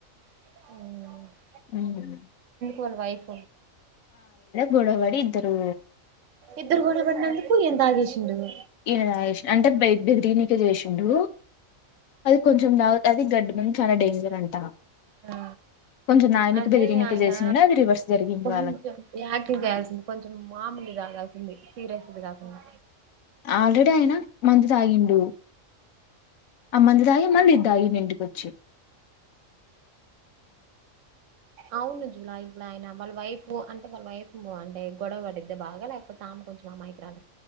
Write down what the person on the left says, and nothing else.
ఉం
గొడవడి ఇద్దరు
ఈనే దాగెస్ అంటే బ బెదిరియనీకె చేసిండు అది కొంచం ద అదే గడ్డి మం చానా డేంజర్ అంట
కొంచెం తాగనీకి
బెదిరినీకే
చేసిండు అది రివర్స్ జరిగింది
వాళ్ళకి
ఆల్రెడీ అయినా మందు తాగిండు అ మందు తాగి మళ్ళీ ఇద్దగిండు ఇంటికొచ్చి